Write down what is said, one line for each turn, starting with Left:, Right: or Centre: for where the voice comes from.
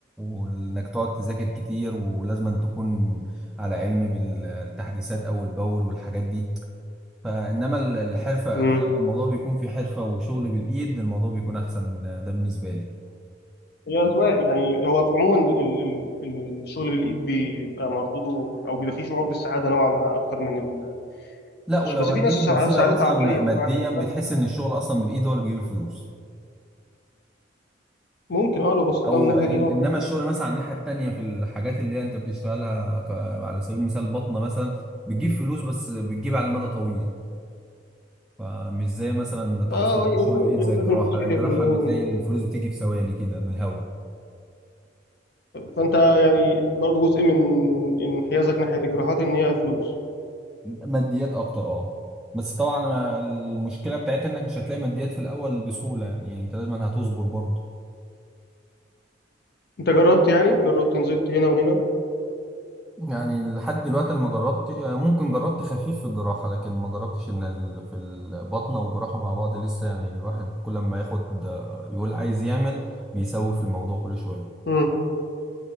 Centre: وإنك تقعد تذاكر كتير ولازم أن تكون على علم بالتحديثات أول بأول والحاجات دي فإنما ال- الحرفة
Left: امم
Centre: كل ما الموضوع بيكون في حرفة وشغل بالإيد الموضوع بيكون أحسن ده بالنسبة لي
Left: هي أذواق يعني هو عموما ال- ال- ال- الشغل بالإيد بيبقى مردوده أو بيبقى فيه شعور بالسعادة نوعا ما أكتر من
Centre: لا
Left: التشريح
Centre: ولو
Left: بس
Centre: هتيجي
Left: في ناس سع-
Centre: تبص لها
Left: سعادتها
Centre: مثلا
Left: عقلية
Centre: م-
Left: يعني
Centre: ماديا
Left: الواحد يكون
Centre: بتحس
Left: فرق.
Centre: إن الشغل أصلا بالإيد هو اللي بيجيب الفلوس
Left: ممكن أه لو بصيت
Centre: أو
Left: لها من الناحية
Centre: ال-
Left: دي أه
Centre: إنما الشغل مثلا على الناحية التانية في الحاجات اللي هي أنت بتشتغلها ك... على سبيل المثال بطنة مثلا بتجيب فلوس بس بتجيب على المدى طويل فمش زي مثلا تخصصات
Left: أه و-
Centre: الشغل
Left: و-
Centre: بالايد زي
Left: ولازم
Centre: الجراحه
Left: تتشهر
Centre: لا الجراحه
Left: ولازم
Centre: بتلاقي الفلوس بتيجي في ثواني كده من الهوا
Left: فأنت يعني برضه جزء من انحيازك ناحية الجراحات إن هي فلوس
Centre: ماديات اكتر اه بس طبعا المشكله بتاعتها انك مش هتلاقي ماديات في الاول بسهوله يعني انت لازم هتصبر برضه
Left: أنت جربت يعني جربت نزلت هنا وهنا
Centre: يعني لحد دلوقتي انا ما جربت ممكن جربت خفيف في الجراحه لكن ما جربتش ان ال- في البطنه والجراحه مع بعض لسه يعني الواحد كل ما ياخد يقول عايز يعمل بيسوف الموضوع كل شويه
Left: مم.